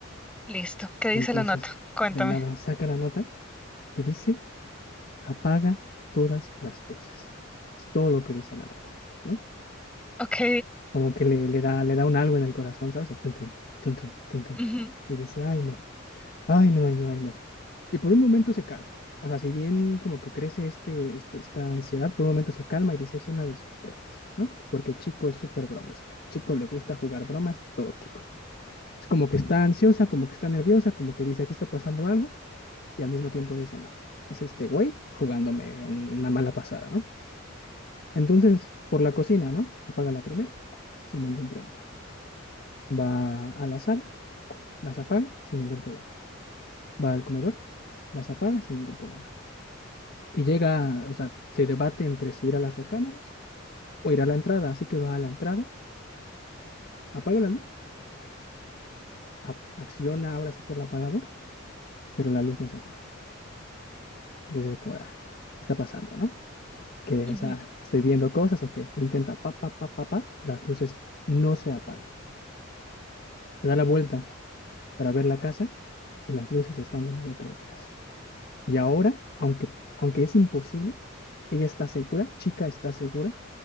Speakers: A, in the centre; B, on the left.
A: listo. ¿Qué dice
B: Entonces,
A: la nota? Cuéntame.
B: de nada, saca la nota y dice, apaga todas las luces. Es todo lo que dice la nota, ¿no?
A: Ok.
B: como que le, le da, le da un algo en el corazón, ¿sabes? Tun, tun, tun, tun, tun, tun.
A: Ujú,
B: Y dice, ay no, ay no, ay no, ay no. Y por un momento se calma. O sea, si bien como que crece este, este, esta ansiedad, por un momento se calma y dice, es una de sus bromas, ¿no? Pues porque Chico es súper bromista. Chico le gusta jugar bromas todo tipo. Es como que está ansiosa, como que está nerviosa, como que dice, aquí está pasando algo, y al mismo tiempo dice, no, es este güey jugándome una mala pasada, ¿no? Entonces, por la cocina, ¿no? Apaga la primera, sin ningún problema. Va a la sala, las apaga sin ningún problema. Va al comedor, las apaga sin ningún problema. Y llega, o sea, se debate entre si ir a las recámaras o ir a la entrada. Así que va a la entrada, apaga la luz, ap- acciona ahora sí que el apagador, pero la luz no se apaga. Entonces es como, ah, ¿qué está pasando, no? Que,
A: ujú.
B: o sea, estoy viendo cosas o qué. Lo intenta, pa, pa, pa, pa, pa, las luces no se apagan. Se da la vuelta para ver la casa y las luces están de nuevo prendidas. Y ahora, aunque, aunque es imposible, ella está segura, chica está segura,